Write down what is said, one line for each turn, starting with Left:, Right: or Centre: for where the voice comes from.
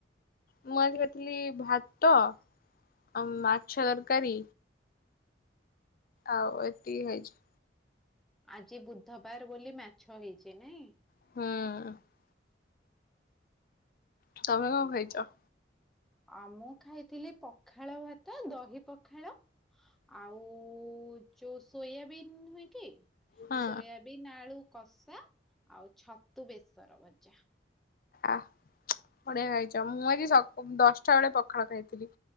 Left: ମୁଁ ଆଜି କର୍ଥିଲି ଭାତ ଆଉ ମାଛ ତରକାରୀ ଆଉ ଏତିକି ଖାଇଚି।
Centre: ଆଜି ବୁଧବାର ବୋଲି ମାଛ ହେଇଛି ନାଇଁ?
Left: ହୁଁ ତମେ କଣ ଖାଇଛ?
Centre: ଆ, ମୁଁ ଖାଇଥିଲି ପଖାଳ ଭାତ, ଦହି ପଖାଳ ଆଉ ଯୋଉ ସୋୟାବିନ୍ ନୁହେଁ କି
Left: ହଁ।
Centre: ସୋୟାବିନ୍ ଆଳୁ କଷା ଆଉ ଛତୁ ବେସର ଭଜା।
Left: ଆ, ବଢ଼ିଆ ଖାଇଛ, ମୁଁ ଆଜି ସ ଦଶଟା ବେଳେ ପଖାଳ ଖାଇଥିଲି।